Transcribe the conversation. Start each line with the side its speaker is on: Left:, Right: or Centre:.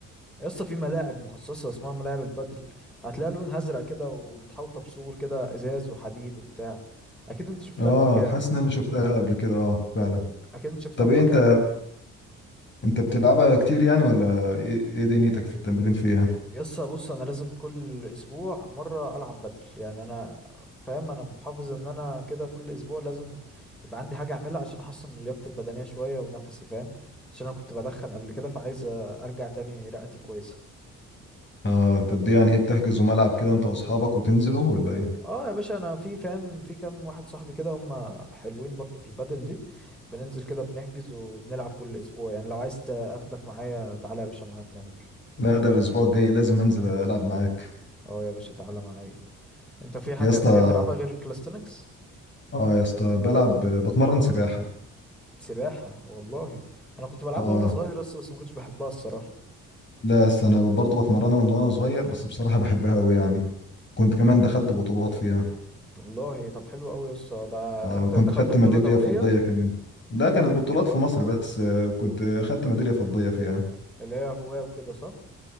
Centre: يس في ملاعب مخصصه اسمها ملاعب البادل هتلاقي لونها ازرق كده ومتحوطه بسور كده ازاز وحديد وبتاع اكيد انت شفتها
Left: اه
Centre: في مكان
Left: حاسس ان انا شفتها قبل كده اه فعلا
Centre: اكيد انت شفتها
Left: طب
Centre: في
Left: ايه
Centre: مكان
Left: انت انت بتلعبها كتير يعني ولا ايه إيه دنيتك في التمرين فيها
Centre: يسا بص انا لازم كل اسبوع مره العب بدل يعني انا فاهم انا محافظ ان انا كده كل اسبوع لازم يبقى عندي حاجه اعملها عشان احسن من لياقتي البدنيه شويه ونفسي فاهم عشان انا كنت بدخن قبل كده فعايز ارجع تاني رئتي كويسه
Left: اه طب دي يعني ايه بتحجزوا ملعب كده انت واصحابك وتنزلوا ولا ايه
Centre: اه يا باشا انا في فاهم في كام واحد صاحبي كده هم حلوين برضو في البدل دي بننزل كده بنحجز وبنلعب كل اسبوع يعني لو عايز اخدك معايا تعالى يا باشا معايا تنور
Left: لا ده الاسبوع الجاي لازم انزل العب معاك
Centre: اه يا باشا تعالى معايا انت في حاجه
Left: يا اسطى
Centre: تانية بتلعبها غير الكلاستنكس
Left: اه يا اسطى بلعب بتمرن سباحة
Centre: سباحة والله انا كنت بلعبها
Left: اه
Centre: وانا صغير بس بس ما كنتش بحبها الصراحة
Left: لا يا اسطى انا برضه بتمرنها من وانا صغير بس بصراحة بحبها قوي يعني كنت كمان دخلت بطولات فيها
Centre: والله طب حلو قوي يا اسطى ده
Left: اه
Centre: خدت
Left: كنت
Centre: دخلت
Left: خدت
Centre: بطولة
Left: ميدالية
Centre: دولية
Left: فضية كمان لا كانت بطولات في مصر بس آه، كنت خدت ميدالية فضية فيها
Centre: اللي هي هواة وكده صح